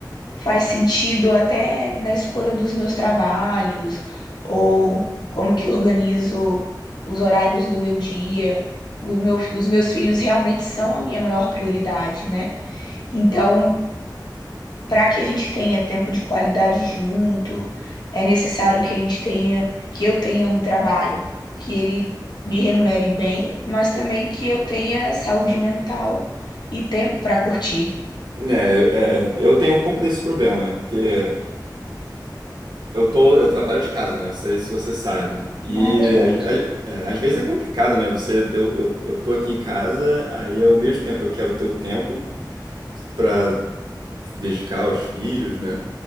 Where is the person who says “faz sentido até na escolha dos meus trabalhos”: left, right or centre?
Left